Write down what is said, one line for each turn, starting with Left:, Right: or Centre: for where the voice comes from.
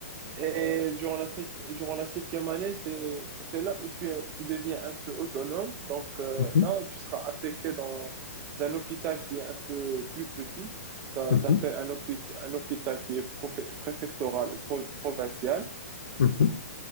Right: Et durant la, sept- durant la septième année, c'est, c'est là où tu, tu deviens un peu autonome. Donc euh,
Left: Mhm,
Right: là, tu seras affecté dans un hôpital qui est un peu plus petit. Ça
Left: mhm,
Right: s'appelle un, hôpit- un hôpital qui est profé- préfectoral ou pro- provincial.
Left: mhm,